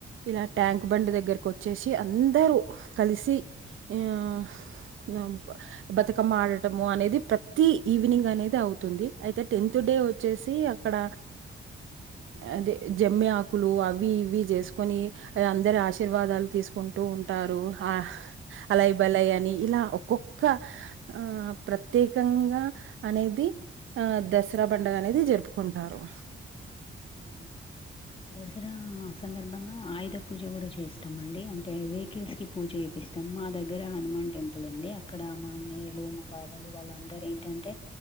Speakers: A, on the right; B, on the left.
A: ఇలా ట్యాంక్ బం దగ్గరికు వచ్చేసి అందరుూ కలిసి ఆ బతుకమ్ ఆడటము అనేది ప్రతి ఈవినింగ్ అనేది అవుతుంది అయితే టెన్త్ డే వచ్చేసి అక్కడ అదే జమ్మి ఆకులు అవి ఇవి చేసుకొని అందరు ఆశీర్వాదాలు తీసుకుంటూ ఉంటారు ఆ అలై బలై్ అని ఇలా ఒక్కొక్క ఆ ప్రత్యేకంగా అనేది ఆ దసరా బంండగ అనేది జరుపుకుంటారు
B: అవును దసరా సందర్భంగా ఆయుధ పూజ కూడా చేస్తామ అండి అంటే వెహికల్స్ కి పూజ అపి ఇస్తాం మా దగ్గర హనుమాన్ టెంపుల్ ఉంది అక్కడ మా అన్నయ్యలు మా బావలు వాళ్ళందర ఏంటంటే